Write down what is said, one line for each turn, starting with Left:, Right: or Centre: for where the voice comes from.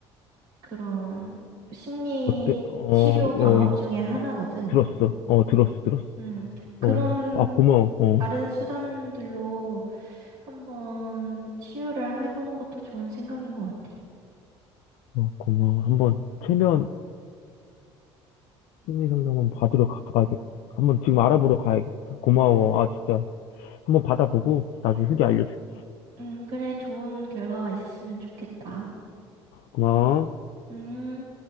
Right: 그런 심리
Left: 어때? 어,
Right: 치료 방법
Left: 어, 예.
Right: 중에 하나거든.
Left: 들었어. 어, 들었어, 들었어.
Right: 음, 그런
Left: 어, 아, 고마워. 어,
Right: 다른 수단들로 한번 치유를 해보는 것도 좋은 생각인 것 같아.
Left: 어, 고마워. 한번 최면 심리 상담 한번 받으러 가봐야겠다. 한 번 지금 알아보러 가야겠다. 고마워. 아, 진짜. 한번 받아보고 나중에 후기 알려줄게
Right: 음, 그래, 좋은 결과가 있었으면 좋겠다.
Left: 고마워.
Right: 음,